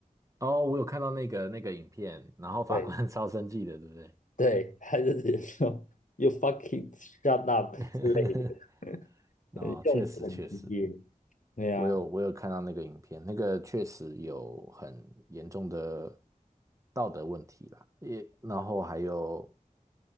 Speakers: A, on the right; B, on the left.
A: 哦，我有看到那个那个影片，然后法官
B: 对，
A: <laughs> 超生气的，对不对？
B: <laughs> 对，他就直接说 “You fucking shut up”
A: <laughs>
B: 之类的，
A: 哦，
B: 呃用词很激烈。
A: 确实确实，
B: 对呀、
A: 我有我有看到那个影片，那个确实有很严重的道德问题啦，也然后还有